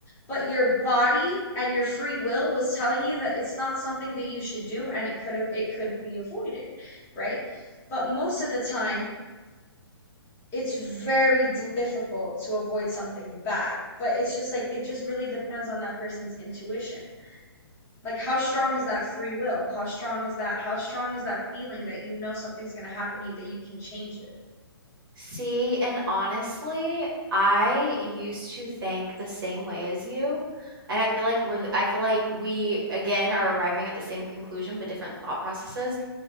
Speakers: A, on the left (about 15°); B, on the right (about 55°).
A: but your body and your free will was telling you that it's not something that you should do and it could have it could be avoided, right? But most of the time, it's very difficult to avoid something bad. But it's just like it just really depends on that person's intuition like how strong is that free will how strong is that how strong is that feeling that you know something's going to happen to you that you can change it
B: See, and honestly, I used to think the same way as you. And I feel like
A: mm-hmm
B: we're, th- I feel like we again are arriving at the same conclusion, but different thought processes.